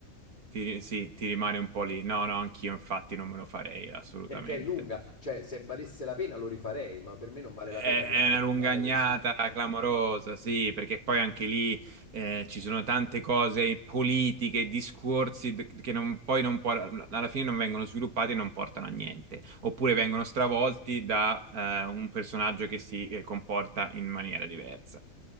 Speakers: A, on the right; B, on the left.
A: Ti, sì, ti rimane un po' lì. No, no, anch'io infatti non me lo farei assolutamente.
B: Perché è lunga, cioè se valesse la pena lo rifarei, ma per me non vale la
A: È
B: pena arrivare
A: è una
B: al
A: lungagnata
B: finale così.
A: clamorosa, sì, perché poi anche lì eh, ci sono tante cose politiche, discorsi d- che non- poi non por- alla fine non vengono sviluppati e non portano a niente, oppure vengono stravolti da eh, un personaggio che si eh, comporta in maniera diversa.